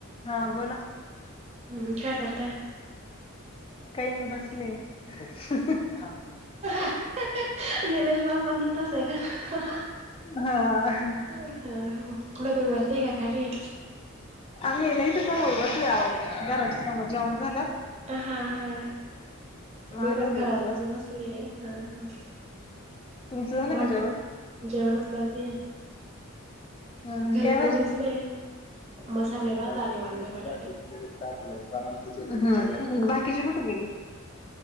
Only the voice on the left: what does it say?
हा बोला.
काय नाय बसले ह ह.
हा आह्.
आम्ही नाही ते समोर बसले आहो घराच्या समोर जेवण झालं.
मग
आलो
होत
इकडे
तुमचं झालं
का जेवण
ह
काय
माझी
चुन्याची
बाटली तू कुटतरी टाकल्या. ह का बाकीचे कुठं गेले.